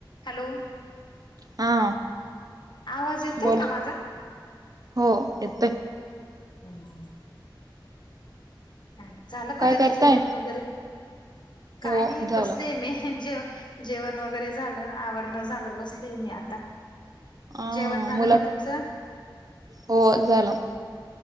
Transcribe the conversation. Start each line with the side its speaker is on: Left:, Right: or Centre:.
Left: Hello
Right: हा
Left: आवाज येतोय
Right: बोला
Left: का माझा
Right: हो येतय
Left: हम्म काय नाही झालं का
Right: काय
Left: दिीदी
Right: करताय
Left: जेवण वगैरे काय
Right: हो
Left: नाही
Right: झालं
Left: बसले मी जे जेवण वगैरे झालं आवरण झालं बसली मी आता
Right: हा
Left: जेवण झालं
Right: मुला
Left: का तुमचं
Right: हो झालं